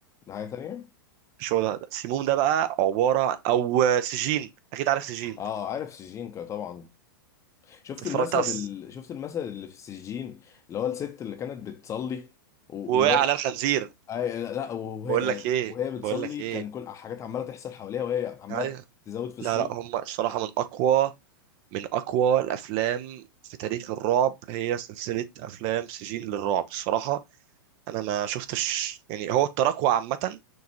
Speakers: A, on the left; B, on the right.
A: ده حاجه تانية
B: مش هو ده سيموم ده بقى عباره او سجين اكيد عارف سجين
A: اه عارف سجين طبعا شفت
B: اتفرجت
A: المشهد
B: على الس-
A: ال... شفت المشهد اللي في السجين اللي هو الست اللي كانت بتصلي و-
B: ووقع
A: وهي
B: على الخنزير
A: أي لا وهي
B: بقول لك ايه
A: وهي بتصلي
B: بقول لك ايه
A: كان كل حاجات عماله تحصل حواليها وهي عماله
B: أيوة.
A: تزود في الصوت
B: لا لا هم الصراحه من اقوى من اقوى الافلام في تاريخ الرعب هي سلسله افلام سجين للرعب الصراحه انا ما شفتش يعني هو التراكوة عامه